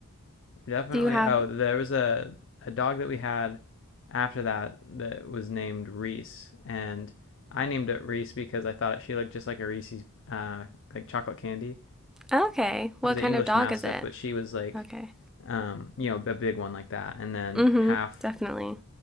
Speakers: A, on the left; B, in the centre.
A: definitely.
B: Do you have?
A: Oh, there was a a dog that we had after that that was named Reese, and I named it Reese because I thought she looked just like a Reese's uh, like chocolate candy,
B: Okay. What
A: He was
B: kind
A: an English
B: of dog
A: Mastiff,
B: is it?
A: but she was like,
B: Okay.
A: um, you know, a big one like that, and then
B: Mm-hmm.
A: half
B: Definitely.